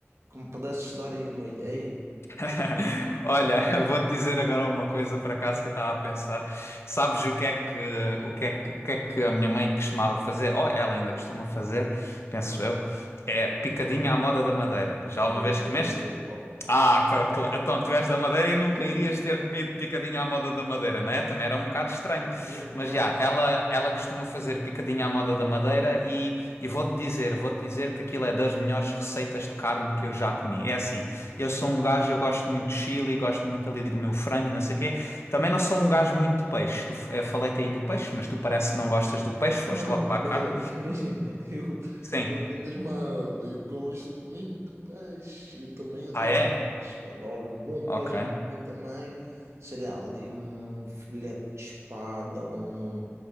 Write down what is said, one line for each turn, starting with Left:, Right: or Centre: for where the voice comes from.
Right: que me pudesses dar aí uma ideia.
Left: <laughs> Olha, eu vou-te dizer agora uma coisa por acaso que eu estava a pensar. Sabes o que é que, o que é que, o que é que a minha mãe costumava fazer? Ou ela ainda costuma fazer, penso eu, é picadinha à moda da Madeira. Já alguma
Right: Ou, ou-
Left: vez comeste? Ah, pá,
Right: ou-
Left: cla- então tu és da Madeira e nunca irias ter comido picadinha à moda da Madeira, não é? Também era um bocado estranho.
Right: né?
Left: Mas
Right: Claro
Left: já,
Right: que
Left: ela,
Right: não.
Left: ela costuma fazer picadinha à moda da Madeira e, e vou-te dizer, vou-te dizer que aquilo é das melhores receitas de carne que eu já comi. É assim, eu sou um gajo, eu gosto muito de chili, gosto muito ali do meu frango e não sei o quê. Também não sou um gajo muito de peixe. Tu, eu falei-te aí do peixe, mas tu parece que não gostas do peixe, foste
Right: Não,
Left: logo para
Right: imagina,
Left: a carne.
Right: <laughs> imagina, eu
Left: Sim.
Right: não te mal, eu gosto muito de peixe, eu também adoro
Left: Ah, é?
Right: peixe, eu adoro um bom peixe
Left: Ok.
Right: para mim também, sei lá, ali um filete de espada, um,